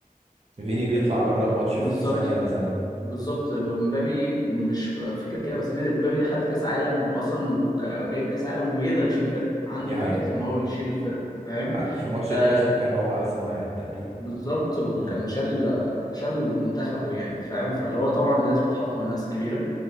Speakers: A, on the right; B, on the left.
A: فيني بيطلع بره الماتش
B: بالظبط
A: في ثانية إلا ثانية
B: بالظبط مبابي مش فكره كده بس مبابي ده خد كاس عالم واصلا وك- جايب كاس عالم وبيقدر يشيل فرقه عنده
A: دي حقيقة
B: فكره ان هو يشيل الفرقه فاهم
A: حد في ماتش
B: آه
A: الكلاسيكو كان هو أحسن واحد تقريبا
B: بالظبط وكان
A: امم
B: شال شال منتخبه يعني فاهم فاللي هو طبعا لازم يتحط مع الناس كبيره